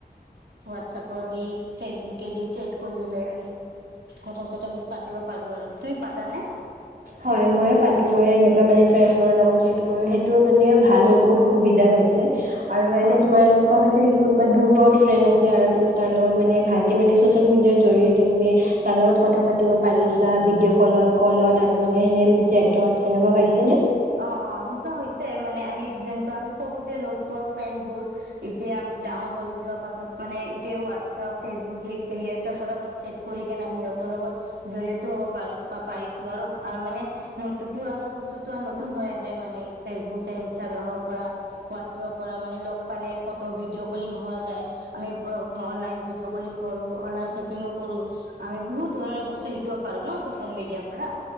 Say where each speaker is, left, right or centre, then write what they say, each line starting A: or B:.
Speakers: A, on the right; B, on the right.
A: হোৱাটছএপত দি ফেচবুকে দি চেট কৰি আমি কথা-চতাবোৰ পাতিব পাৰো আৰু তুমি পাতানে?
B: হয়, ময়ো পাতো। মই এনেকুৱা মানে ফ্ৰেণ্ডবোৰৰ লগত চেট কৰোঁ সেইটো কাৰণে ভাল হয় বহুত সুবিধা হৈছে। আৰু এনে
A: হয়
B: তোমাৰ সেনেকুৱা হৈছে। যেনেকি কোনোবা দূৰত ফ্ৰেণ্ড আছে আৰু তুমি তাৰ লগত মানে ভালকে মানে ছ'চিয়েল মিডিয়াৰ জৰিয়তে তুমি তাৰ লগত কথা পাতিব পাৰিছা, ভিডিঅ' কলত, কলত। তাৰমানে এনেই চেটত সেনেকুৱা হৈছেনে?
A: অ', অ', সেনেকুৱা হৈছে মানে আমি যেনেকুৱা আমি সৰুতে লগ পোৱা ফ্ৰেণ্ডবোৰ এতিয়া ডাঙৰ হৈ যোৱা পাছত, মানে, এতিয়া হোৱাটছাপ ফেচবুক স সিহঁতৰ পৰা মানে চেট কৰি কেনে আমি সিহঁতৰ লগত। জৰি়য়তো হব পাৰো পাৰিছোঁ আৰু মানে নতু পুৰণা বস্তুতো। তুৰ হৈ আহে, মানে, ফেচবুক যে ইনষ্টাগ্ৰামৰ পৰা, হোৱাটছএপৰ পৰা মানে লগ পালে ফটো ভিডিঅ' কলিং হোৱা যায়, আমি প অনলাইন ভিডিঅ' কলিং কৰো, অনলাইন শ্বপিঙো কৰো, আমি বহুত ধৰণৰ বস্তু শিকিব পাৰোঁ ন' চচিয়েল মিডিয়াৰ পৰা।